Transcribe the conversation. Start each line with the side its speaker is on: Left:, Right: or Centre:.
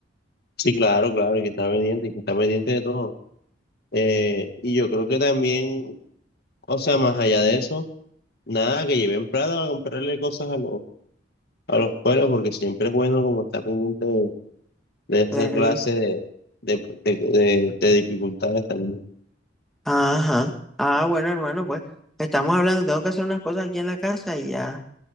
Left: Sí, claro, claro, y que está pendiente, y que está pendiente de todo. Eh, y yo creo que también, o sea, más allá de eso, nada, que lleven plata para comprarle cosas a los, a los pueblos, porque siempre es bueno como estar pendiente de, de esa
Centre: Ey,
Left: clase de, de, de, de- de dificultades también.
Centre: Ajá. Ah, bueno, hermano, pues estamos hablando, tengo que hacer unas cosas aquí en la casa y ya,